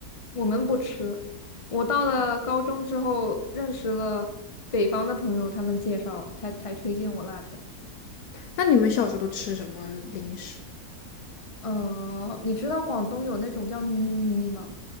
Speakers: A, on the left; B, on the left.
A: 我们不吃。我到了高中之后，认识了北方的朋友，他们介绍才才推荐我辣条。
B: 那你们小时候都吃什么零食？
A: 呃，你知道广东有那种叫咪咪吗？